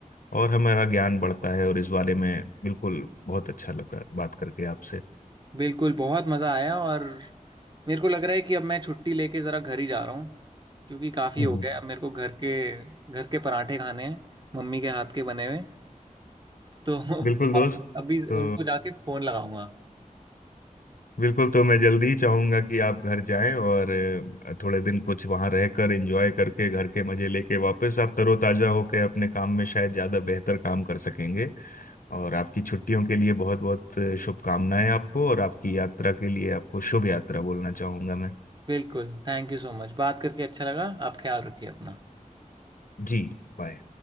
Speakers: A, on the left (about 85°); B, on the right (about 30°).
A: और हमारा ज्ञान बढ़ता है और इस बारे में बिल्कुल बहुत अच्छा लगा बात करके आपसे
B: बिल्कुल बहुत मज़ा आया और मेरे को लग रहा है कि अब मैं छुट्टी लेके ज़रा घर ही जा रहा हूँ क्योंकि काफ़ी
A: हम्म।
B: हो गया अब मेरे को घर के घर के पराठे खाने हैं मम्मी के हाथ के बने हुए तो <laughs>
A: बिल्कुल दोस्त
B: और अभी उनको
A: तो
B: जाके फ़ोन लगाऊंगा
A: बिल्कुल तो मैं जल्दी ही चाहूंगा कि आप घर जाएं और अ, थोड़े दिन कुछ वहां रहकर एंजॉय करके घर के मजे लेके वापस आप तरोताजा होकर अपने काम में शायद ज्यादा बेहतर काम कर सकेंगे और आपकी छुट्टियों के लिए बहुत बहुत शुभकामनाएं आपको और आपकी यात्रा के लिए आपको शुभ यात्रा बोलना चाहूंगा मैं
B: बिल्कुल थैंक यू सो मच बात करके अच्छा लगा आप ख्याल रखिए अपना
A: जी बाय